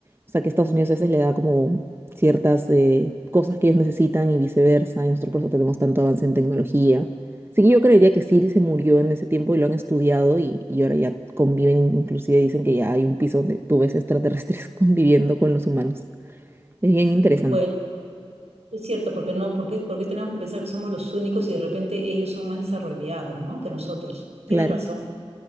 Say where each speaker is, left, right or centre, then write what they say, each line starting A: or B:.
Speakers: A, on the right; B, on the right.
A: o sea, que Estados Unidos a veces le da como ciertas eh, cosas que ellos necesitan y viceversa, y nosotros por eso tenemos tanto avance en tecnología. Así que yo creería que Siri se murió en ese tiempo y lo han estudiado y, y ahora ya conviven, inclusive dicen que ya hay un piso donde tú ves extraterrestres <laughs> conviviendo con los humanos. Es bien interesante.
B: Bueno. Es cierto, porque no, porque porque tenemos que pensar que somos los únicos y de repente ellos son más desarrollados, ¿no? que nosotros? Tienes
A: Claro,
B: razón.